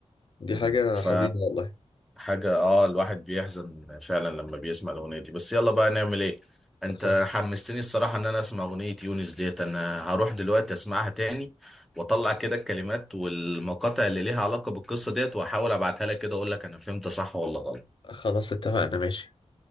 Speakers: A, on the left; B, in the centre.
A: دي
B: مم.
A: حاجة
B: ف...
A: حزينة والله
B: حاجة اه الواحد بيحزن فعلا لما بيسمع الأغنية دي بس يلا بقى نعمل ايه انت
A: صح
B: حمستني الصراحة ان انا اسمع أغنية يونس ديت انا هروح دلوقتي اسمعها تاني واطلع كده الكلمات والمقاطع اللي ليها علاقة بالقصة ديت واحاول ابعتها لك كده اقول لك انا فهمت صح ولا غلط
A: خلاص اتفقنا ماشي